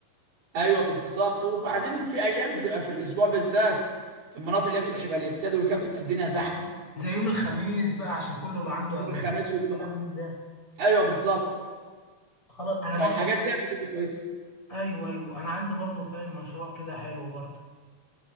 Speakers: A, on the right; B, on the left.
A: ايوه بالظبط وبعدين في ايام بتبقى في الاسبوع بالذات المناطق اللي هي بتبقى شبه الاستاد وكده بتبقى الدنيا زحمه
B: زي يوم الخميس بقى عشان كله بقى عنده
A: يوم
B: اجازات
A: الخميس والجمعه
B: كلام من ده
A: ايوه بالظبط
B: خلاص انا
A: فالحاجات
B: برضه
A: دي بتبقى كويسه
B: ايوه ايوه انا عندي برضو فاهم مشروع كده حلو برضو